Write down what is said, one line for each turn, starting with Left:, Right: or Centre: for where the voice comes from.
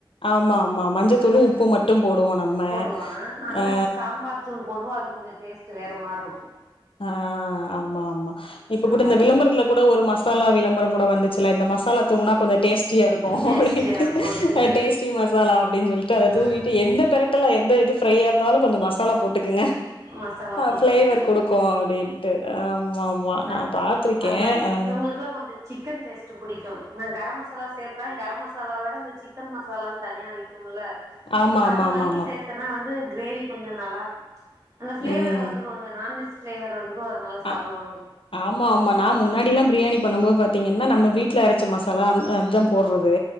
Left: ஆமா ஆமா மஞ்சத்தூளு
Right: ம்
Left: உப்பு மட்டும் போடுவோ நம்ம
Right: போடுவான் அங்க
Left: ஆ
Right: சாம்பார் தூள் போடுவோ அது கொஞ்ச டேஸ்ட்டு வேற மார்ருக்கு
Left: ஆ ஆமா ஆமா இப்ப
Right: நல்லா
Left: கூட இந்த
Right: இருக்கு
Left: விளம்பரத்துல கூட ஒரு மசாலா விளம்பரம் கூட வந்துச்சுல இந்த மசாலா தூவுனா கொஞ்ச டேஸ் டியா இருக்கு
Right: டேஸ்ட்டியா
Left: அப்டின்
Right: இருக்குன்ட்டு
Left: டேஸ்டி மசாலா அப்டின் சொல்லிட்டு அத
Right: ஆ ஆ
Left: தூவிட்டு எந்த பெரட் ட்டல எந்த இது ஃப்ரையா இருந்தாலு கொஞ்ச மசாலா போட்டுக்கங்க
Right: மசாலா போட்டுக்கோங்க
Left: ஃப்ளேவர் கொடுக்கு அப்டி டின்ட்டு ஆமா ஆமா
Right: ம
Left: நா பாத்திருக்கே
Right: அது மாரி
Left: ஆ
Right: இவங்களுக்கெல்லலா கொஞ்ச சிக்கன் டேஸ்ட் புடிக்கு நா கரம் மசாலா சேப் கரம் மசாலா விட இந்த சிக்கன் மசாலான் தனியா விக்கும்ல
Left: ஆமா ஆமா
Right: அது
Left: ஆமா
Right: வாங்கி
Left: ஆமா
Right: சேத் த்தனா வந்து கிரேவி கொஞ்ச நல்லா அந்த ஃபிளேவர்
Left: ம்
Right: வந்துரு அந்த நான்வெஜ் ஃபிளேவர் வந்துரு நல்லா சாப்டுவாங்க
Left: ஆ ஆமா ஆமா நா முன்னாடி எல்லா பிரியாணி பண்ணும் போது பாத்தீங்கன்னா நம்ம வீட்ல அரச்ச மசாலா அந் அதா போடுறது